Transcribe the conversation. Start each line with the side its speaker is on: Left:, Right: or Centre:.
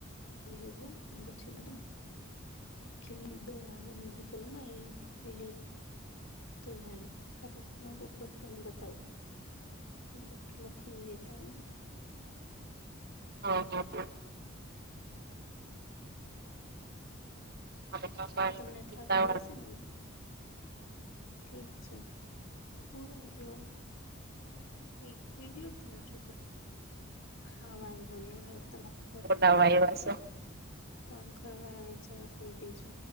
Left: વિહું અનેછી મ ક્લન એક દ આવે મેડિકલમાં એ લ પછીક ડોક્ટરને બ પડે તો ડોક્ટર લખીને દેતા હોય ને
Right: હા હા હા પાપા
Left: તમને
Right: ચિતા
Left: થતું હશે ને બધું ઠીક છે તો હું રખ દયો ઈ ગયો તમારા છો ઉપર હા વાંધો નની હાલ તમારાર
Right: વા એવાશે
Left: તો ઘરવાળા ને જરા કહી દેજો